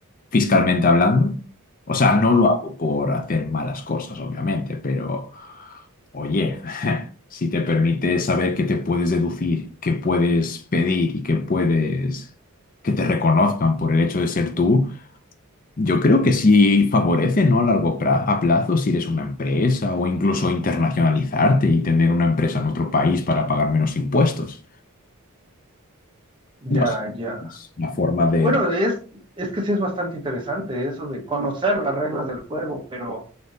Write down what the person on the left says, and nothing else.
fiscalmente hablando. O sea, no lo hago por hacer malas cosas, obviamente, pero... Oye, <laughs> si te permite saber qué te puedes deducir, qué puedes pedir y qué puedes que te reconozcan por el hecho de ser tú, yo creo que sí favorece, ¿no? A largo pra- a plazo, si eres una empresa o incluso internacionalizarte y tener una empresa en otro país para pagar menos impuestos.
No sé,
es una forma de